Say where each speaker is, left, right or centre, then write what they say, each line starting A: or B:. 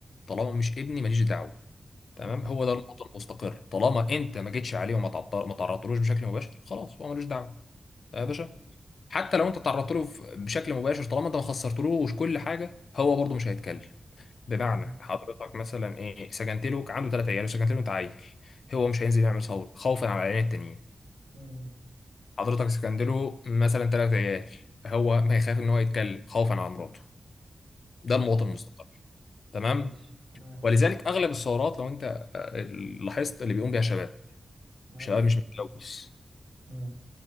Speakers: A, on the left (about 70°); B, on the right (about 65°).
A: طالما مش ابني ماليش دعوه تمام
B: امم
A: هو ده النقطه المستقر طالما انت ما جيتش عليه وما تعطل- ما تعرضتلوش بشكل مباشر خلاص هو ملوش دعوه يا باشا
B: ايوه
A: حتى لو انت تعرضت له بشكل مباشر طالما انت ما خسرتلوش كل حاجه هو برضه مش هيتكلم بمعنى
B: امم
A: حضرتك مثلا ايه سكنت له عنده ثلاث عيال وسكنت له انت عيل هو مش هينزل يعمل ثوره خوفا على العيالين التانيين
B: امم
A: حضرتك سكنت له مثلا ثلاث عيال هو ما يخاف ان هو يتكلم خوفا على مراته ده
B: ايوه
A: المواطن المستقل تمام
B: ماشي تمام
A: ولذلك اغلب الثورات لو انت آه، لاحظت اللي بيقوم بيها شباب
B: ايوه
A: شباب مش متلوث
B: امم